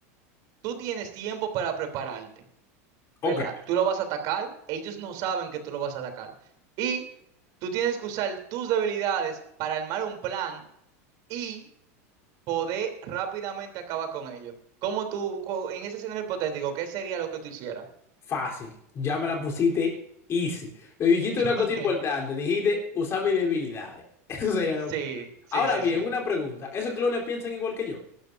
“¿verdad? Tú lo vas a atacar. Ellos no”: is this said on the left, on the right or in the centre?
Right